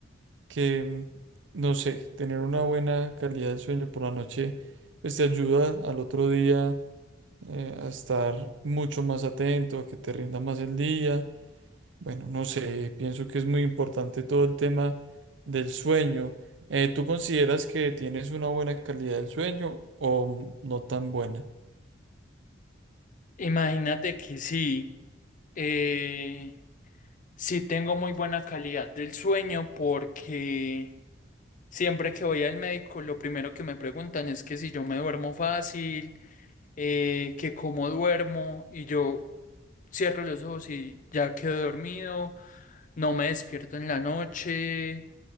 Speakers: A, on the right; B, on the left.
A: que, no sé, tener una buena calidad de sueño por la noche pues te ayuda al otro día eh, a estar mucho más atento, a que te rinda más el día. Bueno, no sé, pienso que es muy importante todo el tema del sueño. Eh, ¿tú consideras que tienes una buena calidad del sueño o no tan buena?
B: Imagínate que sí, eh, sí tengo muy buena calidad del sueño porque siempre que voy al médico, lo primero que me preguntan es que si yo me duermo fácil eh, que cómo duermo y yo cierro los ojos y ya quedo dormido, no me despierto en la noche,